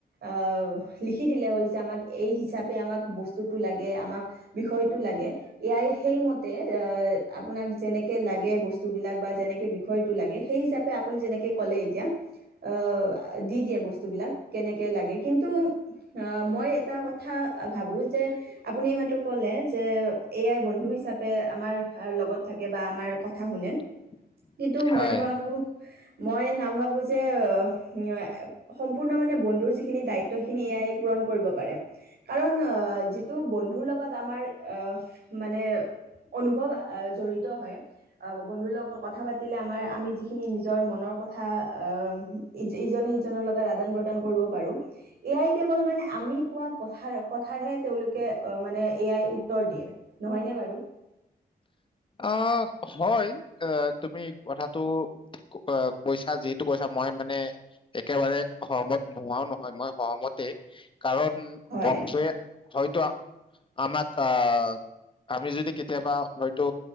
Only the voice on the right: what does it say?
আহ, লিখি দিলে হ'ল যে আমাক এই হিচাপে আমাক বস্তুটো লাগে, আমাক বিষয়টো লাগে। এ আই সেইমতে, আহ আপোনাক যেনেকে লাগে বস্তুবিলাক বা যেনেকে বিষ ষয়টো লাগে সেই হিচাপে আপুনি যেনেকৈ ক'লে এতিয়া আহ, দি দিয়ে বস্তুবিলাক, কেনেকে লাগে কিন্তু হা মই এটা কথা ভাবোঁ যে আপুনি এইমাত্ৰ ক'লে যে এ আই বন্ধু হিচাপে আমাৰ হাৰ লগত থাকে বা আমাৰ কথা শুনে
কিন্তু
মই নাভাবো, মই নাভাবো যে অম এ সম্পূৰ্ণ মানে বন্ধুৰ যি খিনি দায়িত্বখিনি এ আই পূৰণ কৰিব পাৰে। কাৰণ আহ যিটো বন্ধুৰ লগত আমাৰ আহফ মানে অনুভৱ আহ জড়িত হয় আব বন্ধুৰ লগত কথা পাতিলে, আমাৰ আমি যিখিনি নিজৰ মনৰ কথা আহ ইজ ইজনে সিজনৰ লগত আদান - প্ৰদান কৰিব পাৰো। এ আই কেৱল মানে আমি কোৱা কথাৰ কথাৰহে তেওঁলোকে অ মানে এ আই উত্তৰ দিয়ে। নহয়নে বাৰু?
হয়